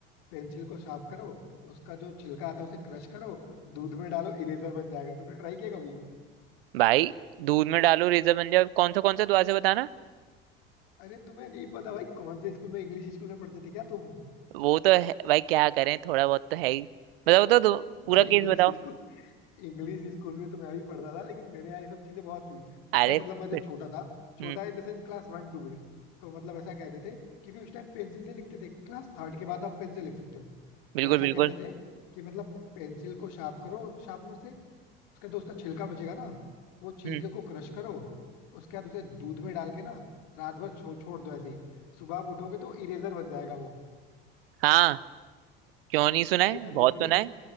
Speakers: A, on the left (about 65°); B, on the right (about 70°).
A: पेंसिल को शार्प करो उसका जो छिलका आता है उसे क्रश करो दूध में डालो इरेजर बन जाएगा तुमने ट्राई किया कभी
B: भाई दूध में डालो रेजर बन जाओ कौन सा कौन सा दुआ से बताना
A: अरे तुम्हें नहीं पता भाई कौन से स्कूल में इंग्लिश स्कूल में पढ़ते थे क्या तुम
B: वो तो है भाई क्या करें थोड़ा बहुत तो है ही बताओ तो, तो पूरा
A: भाई
B: केस
A: इंग्लिश
B: बताओ
A: <laughs> स्कूल इंग्लिश स्कूल में तो मैं भी पढ़ता था लेकिन मेरे यहाँ ये सब चीजें बहुत थी
B: अरे
A: पता है मतलब
B: फिर-
A: मैं जब छोटा था छोटा
B: हम्म
A: in the sense class one two में तो मतलब ऐसा कहते थे क्योंकि उस टाइम पेंसिल से लिखते थे क्लास थर्ड के बाद आप पेन से लिख सकते हो
B: बिल्कुल
A: तो ऐसा
B: बिल्कुल
A: कहते थे कि मतलब पेंसिल को शार्प करो शार्पनर से उसका जो उसका छिलका बचेगा ना वो छिलके
B: हम्म
A: को क्रश करो उसके बाद उसे दूध में डाल के ना रात भर छो, छोड़ दो ऐसे ही सुबह आप उठोगे तो इरेजर बन जाएगा वो
B: हाँ क्यों नहीं सुना
A: भाई
B: है
A: मैं लिटरली
B: बहुत सुना है